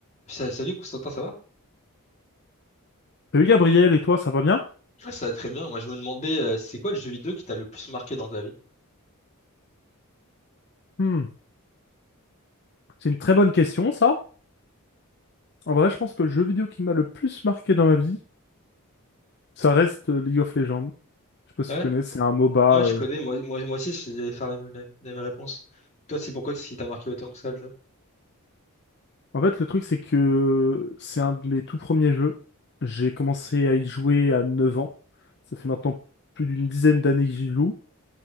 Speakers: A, on the left; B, on the left.
A: Sa- Salut Constantin, ça va?
B: Salut Gabriel, et toi, ça va bien?
A: Ouais, ça va très bien. Moi, je me demandais, euh, c'est quoi le jeu vidéo qui t'a le plus marqué dans ta vie?
B: Hmm, C'est une très bonne question, ça. En vrai, je pense que le jeu vidéo qui m'a le plus marqué dans ma vie, ça reste euh, League of Legends. Je sais pas si
A: Ouais,
B: tu connais, c'est un MOBA.
A: ouais,
B: euh.
A: je connais. Moi, moi, moi aussi, j'allais faire la, même la la même réponse. Toi, c'est pourquoi que ce qui t'a marqué autant que ça, déjà?
B: En fait, le truc, c'est que c'est un de mes tout premiers jeux. J'ai commencé à y jouer à 9 ans. Ça fait maintenant plus d'une dizaine d'années que j'y joue.